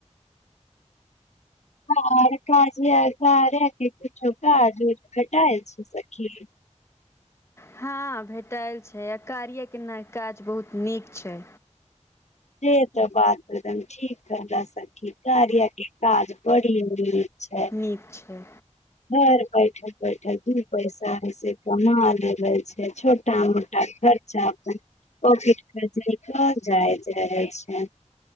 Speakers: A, on the left (about 65°); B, on the left (about 20°).
A: और काजिया कार्यां के किछु काज भटाएल छै सखी?
B: हाॅं भेटल छै आ कार्या के नऽ काज बहुत नीक छै।
A: से त बात एकदम ठीक कहला सखी कार्या के काज बड़ी नीक छै।
B: नीक छै।
A: घर बैठल-बैठल दू पैसा ए से कमा लेबै छै, छोटा-मोटा घर खर्चा अपन पोकेट खर्चा निकल जाइ जाइ छै।